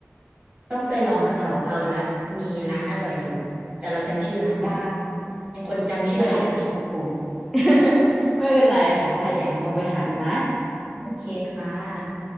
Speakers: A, on the right; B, in the centre.
A: ต้องไปลองเขาแถวพารัตมีร้านอร่อยอยู่ แต่เราจำชื่อร้านไม่ได้
B: ได้
A: เป็นคนจำชื่ออะไรไม่ได้
B: ได้ค่ะคุณปุ่น <laughs> ไม่เป็นไรค่ะได้เดี๋ยวแอมลองไปหาดูนะ
A: โอเคค่ะ